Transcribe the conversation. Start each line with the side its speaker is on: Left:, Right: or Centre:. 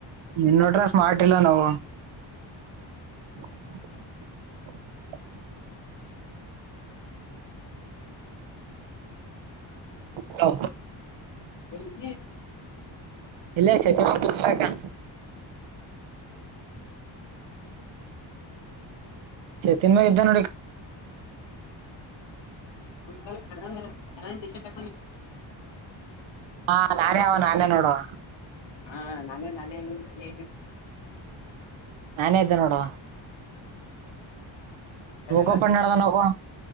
Right: ನೀನ್ ನೋಡ್ರ ಸ್ಮಾರ್ಟ್ ಇಲ್ಲ ನಾವು <inaudible> ಹ
Left: ಎಲ್ಲಿದಿ
Right: ಇಲ್ಲ ಚೈತನ್ಯ ಸ್ಕೂಲ್ ಹತ್ತಿರ ಚೇತಮೆ ಮಾಗ ಇದ್ದ ನೋಡಿ
Left: ಹಲ್ಲರ ಕರನ್ದ ಟಿ ಶರ್ಟ
Right: ಹಾ ನಾನೇ ಅವ ನಾನೇ ನೋಡುವ
Left: ಹಾ ನಾನೇ ನಾನೇ ನಾನೇ
Right: ನಾನೇ ಇದ್ದೆ ನೋಡುವ
Left: ಕರೆಯಲ್ಲ
Right: ನಕೋಪ್ಪ ನದ ನಕೋ